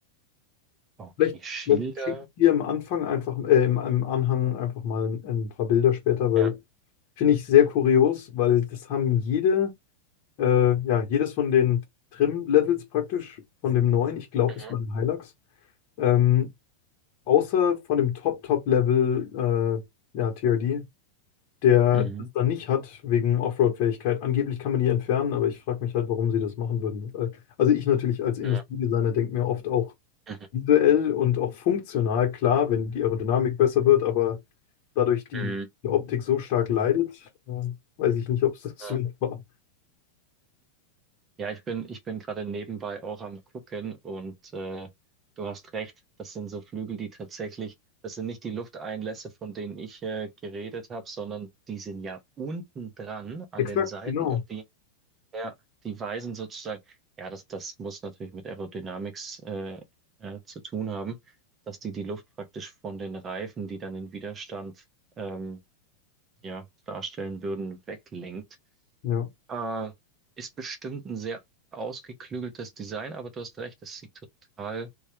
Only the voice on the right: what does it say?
okay,
Schilder.
Ja.
Mhm.
Mhm.
Ja.
Mhm.
Mhm.
Ja.
Ja, ich bin, ich bin gerade nebenbei auch am Gucken und äh, du hast recht, das sind so Flügel, die tatsächlich, das sind nicht die Lufteinlässe, von denen ich äh, geredet habe, sondern die sind ja unten dran an
den Seiten
und die, ja, die weisen sozusagen, ja, das, das muss natürlich mit Aerodynamics äh, äh, zu tun haben, dass die die Luft praktisch von den Reifen, die dann den Widerstand ähm, ja, darstellen würden, weglenkt.
Äh, ist bestimmt ein sehr ausgeklügeltes Design, aber du hast recht, es sieht total